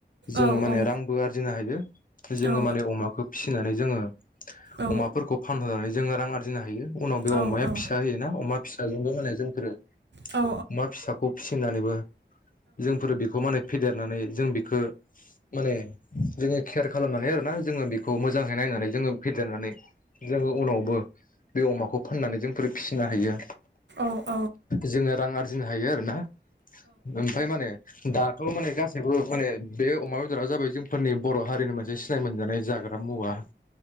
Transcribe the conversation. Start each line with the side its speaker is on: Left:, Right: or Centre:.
Left: जोङो
Right: औ
Left: माने
Right: औ
Left: रांबो आरजिनो हायो। <inaudible> जोङो
Right: औ
Left: माने अमाखौ फिसिनानै जोङो
Right: औ
Left: अमाफोरखौ फानहरनानै जोङो रां आरजिनो हायो उनाव बे
Right: औ
Left: अमाया
Right: औ
Left: फिसा अमा फिसाजोंबो माने जोंफोरो
Right: औ
Left: अमा फिसाखौ फिसिनानैबो जोंफोरो बेखौ माने फेदेरनानै जों बेखो माने जोङो केयार खालामनानै आरोना जोङो बेखौ मोजाङै नायनानै जोङो फेदेरनानै जोङो उनावबो बे अमाखौ फाननानै जों बेफोर फिसिनो हायो।
Right: औ
Left: जोङो रां आरजि जों हायो आरो ना? ओमफ्राय माने दाथ' माने गासैबो माने बे अमा बेदरा जाबाय जोंफोरनि बर' हारिनि मोनसे सिनाय मोनजानाय जाग्रा मुवा।